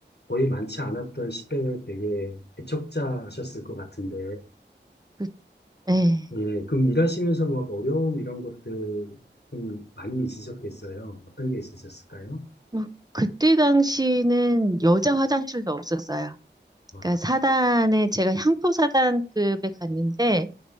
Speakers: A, on the left; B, on the right.
A: 거의 많지 않았던 시대에 되게 애척자셨을 것 같은데,
B: 그, 네.
A: 예, 그럼 일하시면서 막 어려움 이런 것들 좀 많이 있으셨겠어요? 어떤 게 있으셨을까요?
B: 뭐, 그때 당시는 여자 화장실도 없었어요.
A: 와,
B: 그러니까 사단에 제가 향토 사단급에 갔는데